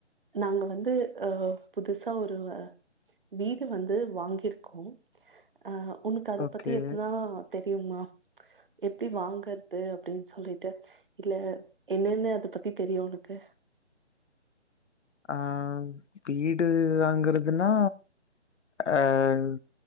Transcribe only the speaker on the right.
நாங்க வந்து அஹ் புதுசா ஒரு வீடு வந்து வாங்கியிருக்கோ அஹ் உனக்கு அத
பத்தி எதுனா தெரியுமா எப்டி வாங்கறது அப்படின் சொல்லிட் ட்டு இல்ல என்னனு அத பத்தி தெரியு உனக்கு